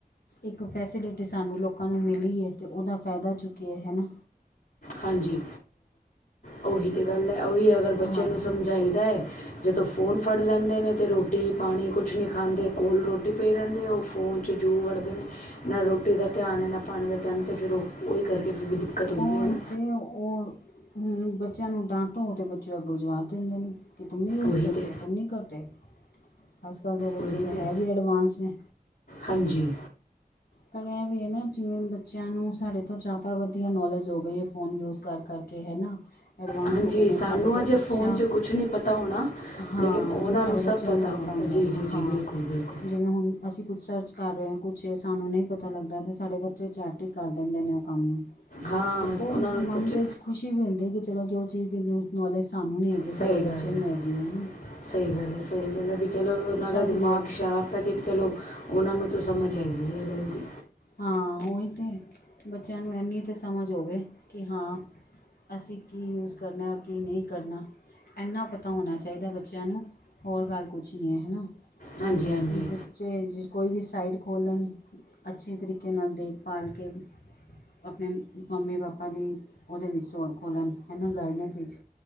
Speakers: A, on the left (about 85°); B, on the left (about 65°).
A: ਇੱਕ ਫੈਸਿਲਿਟੀ ਸਾਨੂੰ ਲੋਕਾਂ ਨੂੰ ਮਿਲੀ ਹੈ ਤੇ ਉਹਦਾ ਫਾਇਦਾ ਚੁੱਕਿਆ ਹਨਾ।
B: ਹਾਂਜੀ। ਉਹੀ ਤਾਂ ਗੱਲ ਹੈ ਉਹੀ ਅਗਰ ਬੱਚਿਆਂ
A: ਹਾਂ
B: ਨੂੰ ਸਮਝਾਈਦਾ ਹੈ। ਜਦੋਂ ਫੋਨ ਫੜ ਲੈਂਦੇ ਨੇ ਤਾਂ ਰੋਟੀ -ਪਾਣੀ ਕੁਛ ਨਈ ਖਾਂਦੇ, ਕੋਲ ਰੋਟੀ ਪਈ ਰਹਿੰਦੇ ਉਹ ਫੋਨ ਜੂ ਵੜਦੇ ਨੇ ਨਾ ਰੋਟੀ ਦਾ ਧਿਆਨ ਹੈ ਨਾ ਪਾਣੀ ਦਾ ਧਿਆਨ ਤੇ ਫਿਰ ਉਹੀ ਕਰਕੇ ਫਿਰ ਦਿੱਕਤ ਹੁੰਦੀ
A: ਉਹਹੀ
B: ਹੈ ਨਾ
A: ਅਤੇ ਉਹ ਬੱਚਿਆਂ ਨੂੰ ਡਾਂਟੋ ਅਤੇ ਬੱਚੇ ਅੱਗੋਂ ਜਵਾਬ ਦਿੰਦੇ ਨੇ। ਕਿ ਤੂੰਮ ਨਹੀਂ ਯੂਜ
B: ਉਹੀ
A: ਕਰਤੇ,
B: ਤੇ
A: ਤੂੰਮ ਨਹੀਂ ਕਰਦੇ ਅੱਜ ਕੱਲ ਦੇ ਬੱਚੇ
B: ਉਹੀ
A: ਤਾਂ
B: ਤੇ
A: ਹੈ ਵੀ ਐਡਵਾਂਸ ਨੇ।
B: ਹਾਂਜੀ।
A: ਪਰ ਇਹ ਵੀ ਹੈ ਨਾ ਜਿਵੇਂ ਬੱਚਿਆਂ ਨੂੰ ਸਾਡੇ ਤੋਂ ਜ਼ਿਆਦਾ ਵਧੀਆ ਨੌਲੇਜ ਹੋ ਗਈ ਹੈ ਫੋਨ ਯੂਜ਼ ਕਰਕੇ। ਕੇ ਹੈਨਾ। ਐਡਵਾਂਸ
B: ਹਾਂਜੀ
A: ਹੋ ਗਏ ਨੇ
B: ਸਾਨੂੰ
A: ਸਾਡੇ ਤੋਂ
B: ਅਜੇ
A: ਅੱਛਾ।
B: ਫ਼ੋਨ 'ਚ ਕੁਛ ਨਹੀਂ ਪਤਾ ਹੋਣਾ
A: ਹਾਂ।
B: ਲੇਕਿਨ ਉਹਨਾਂ
A: ਜੋ ਸਾਡੇ
B: ਸਭ
A: ਬੱਚਿਆਂ ਨੂੰ ਪਤਾ ਹੁੰਦਾ
B: ਜੀ ਜੀ ਜੀ
A: ਹਾਂ।
B: ਬਿਲਕੁਲ ਬਿਲਕੁਲ
A: ਜਿਵੇਂ ਹੁਣ ਅਸੀਂ ਕੁੱਛ ਸਰਚ ਕਰ ਰਹੇ ਹਾਂ। ਕੁੱਛ ਸਾਨੂੰ ਨਹੀਂ ਪਤਾ ਲੱਗਦਾ ਤਾਂ ਸਾਡੇ ਬੱਚੇ ਚੈਟ ਹੀ ਕਰ ਦਿੰਦੇ ਨੇ ਉਹ ਕੰਮ ਨੂੰ।
B: ਹਾਂ
A: ਤੇ ਉਹ
B: ਉਹਨਾਂ ਨੂੰ
A: ਮਨ
B: ਪੁੱਛ
A: ਦੇ ਵਿੱਚ ਖੁਸ਼ੀ ਵੀ ਹੁੰਦੀ ਕਿ ਚਲੋ ਜੋ ਚੀਜ਼ ਨੂੰ ਨੌਲੇਜ ਸਾਨੂੰ ਨੀ ਹੈਗੀ
B: ਸਹੀ
A: ਸਾਡੇ
B: ਗੱਲ
A: ਬੱਚੇ ਨੂੰ
B: ਹੈ
A: ਹੈਗੀ ਹਨਾਂ।
B: ਸਹੀ ਗੱਲ ਹੈ, ਸਹੀ ਗੱਲ ਹੈ ਵੀ ਚਲੋ ਉਹਨਾਂ ਦਾ
A: ਵੀ
B: ਦਿਮਾਗ
A: ਹੈ
B: ਸ਼ਾਰਪ ਮ ਕੇਹਾ ਚਲੋ, ਉਹਨਾਂ ਨੂੰ ਤਾਂ ਸਮਝ ਹਗੀ ਇਹ ਗੱਲ ਦੀ।
A: ਹਾਂ। ਉਹੀ ਤਾਂ, ਬੱਚਿਆਂ ਨੂੰ ਇੰਨੀ ਤਾਂ ਸਮਝ ਹੋਵੇ, ਕਿ ਹਾਂ ਅਸੀਂ ਕੀ ਯੂਜ ਕਰਨਾ ਔਰ ਕੀ ਨਈ ਕਰਨਾ। ਇਨਾ ਪਤਾ ਹੋਣਾ ਚਾਹੀਦਾ ਬੱਚਿਆਂ ਨੂੰ ਹੋਰ ਗੱਲ ਕੁਛ ਨਈ ਹੈ ਹਨਾ।
B: ਹਾਂਜੀ ਹਾਂਜੀ
A: ਬੱਚੇ ਜ ਕੋਈ ਵੀ ਸਾਈਡ ਖੋਲ ਲੈਣ ਅੱਛੇ ਤਰੀਕੇ ਨਾਲ ਦੇਖਭਾਲ ਕੇ ਆਪਣੇ ਮੰਮੀ -ਪਾਪਾ ਦੀ, ਉਹਦੇ ਵਿੱਚ ਸੋ ਖੋਲਣ ਹੈਨਾ, ਗਾਈਡਨੈਸ ਇਚ।